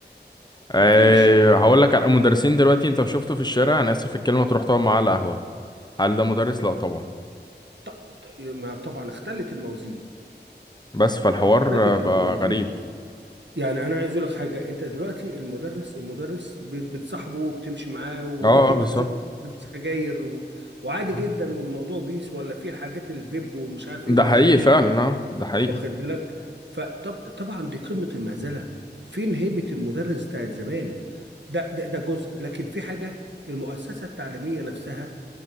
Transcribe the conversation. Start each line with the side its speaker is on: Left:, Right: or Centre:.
Left: أه
Right: مفيش مربي
Left: هقول لك على المدرسين دلوقتي انت شفته في الشارع انا اسف في الكلمه تروح تقعد معاه على قهوه هل ده مدرس لا طبعا
Right: ط- ط- ما طبعا اختلت الموازين
Left: بس فالحوار
Right: اختلت
Left: آه، بقى
Right: الموازين
Left: غريب
Right: يعني انا عايز اقول لك حاجة انت دلوقتي المدرس المدرس ب- بتصاحبه وبتمشي معاه وممكن
Left: اه آه، بالظبط
Right: بتزود بسجاير و... وعادي
Left: آه.
Right: جدا والموضوع بيس ولا في حاجات الفيب والمش عارف ايه
Left: ده
Right: اللي
Left: حقيقي
Right: طالعين
Left: فعلا اه ده حقيقي
Right: واخد بالك فطبعا دي قمة المهزلة فين هيبة المدرس بتاعت زمان ده ده ده جزء لكن في حاجة المؤسسة التعليمية نفسها